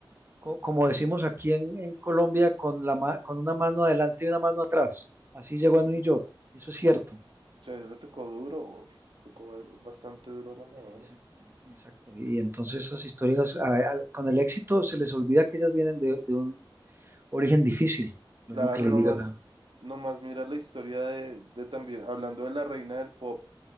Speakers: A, on the right (about 25°); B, on the right (about 70°).
A: co- como decimos aquí en, en Colombia, con la ma- con una mano adelante y una mano atrás. Así llegó a New York. Eso es cierto.
B: Ya le tocó duro, tocó ba- bastante duro a la Madonna.
A: Exacto, exacto. Y entonces esas historias, a- a- con el éxito, se les olvida que ellas vienen de, de un origen difícil. Lo
B: Claro,
A: mismo que le
B: nomás,
A: digo acá.
B: nomás mira la historia de, de también, hablando de la reina del pop,